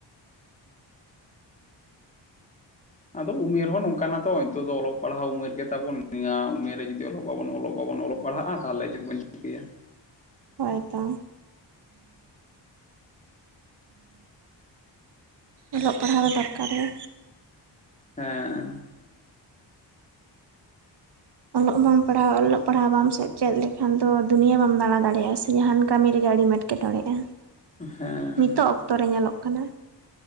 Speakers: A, on the left; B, on the right.
A: ᱟᱫᱚ ᱩᱢᱮᱨ ᱦᱚᱸ ᱱᱚᱝᱠᱟᱱᱟ ᱛᱚ ᱱᱤᱛᱚᱜ ᱫᱚ ᱚᱞᱚᱜ ᱯᱟᱲᱦᱟᱣ ᱩᱢᱮᱨ ᱜᱮᱛᱟᱵᱚᱱ ᱱᱤᱭᱟᱹ ᱩᱢᱮᱨ ᱨᱮ ᱡᱩᱫᱤ ᱚᱞᱚᱜ ᱵᱟᱵᱚᱱ ᱚᱞᱚᱜ ᱵᱟᱵᱚᱱ ᱚᱞᱚᱜ ᱯᱟᱲᱦᱟᱜᱼᱟ ᱛᱟᱦᱞᱮ ᱪᱮᱫ ᱵᱚᱱ ᱪᱷᱤᱠᱟᱹᱭᱟ?
B: ᱦᱚᱭᱛᱚ᱾ ᱚᱞᱚᱜ ᱯᱟᱲᱦᱟᱣ ᱫᱚ ᱫᱚᱨᱠᱟᱨ ᱜᱮ᱾
A: ᱦᱮᱸ᱾
B: ᱚᱞᱚᱜ ᱵᱟᱢ ᱯᱟᱲᱦᱟᱣ ᱚᱞᱚᱜ ᱯᱟᱲᱦᱟᱜ ᱵᱟᱢ ᱥᱮ ᱪᱮᱫ ᱞᱮᱠᱷᱟᱱ ᱫᱚ ᱫᱩᱱᱭᱟᱹ ᱵᱟᱢ ᱫᱟᱬᱟ ᱫᱟᱲᱮᱭᱟᱜᱼᱟ ᱥᱮ ᱡᱟᱦᱟᱱ ᱠᱟᱹᱢᱤ ᱨᱮᱜᱮ ᱟᱹᱰᱤ ᱮᱴ ᱠᱮᱴᱚᱬᱮᱜᱼᱟ
A: ᱦᱮᱸ
B: ᱱᱤᱛᱚᱜ ᱚᱠᱛᱚ ᱨᱮ ᱧᱮᱞᱚᱜ ᱠᱟᱱᱟ᱾